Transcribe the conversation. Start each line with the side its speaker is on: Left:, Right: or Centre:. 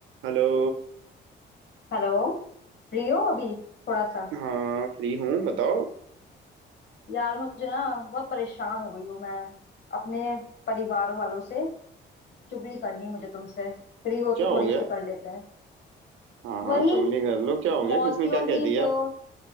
Right: Hello
Left: Hello Free हो अभी थोड़ा सा
Right: हाँ free हूँ बताओ
Left: यार मुझे ना बहुत परेशान हो गई हूँ मैं अपने परिवार वालों से चुगली करनी है मुझे तुमसे फ्री हो तो
Right: क्या हो
Left: थोड़ी
Right: गया
Left: सी कर लेते हैं
Right: हाँ हाँ
Left: वही
Right: चुगली कर लो क्या हो गया
Left: मौसियों
Right: किसने क्या
Left: की
Right: कह दिया
Left: तो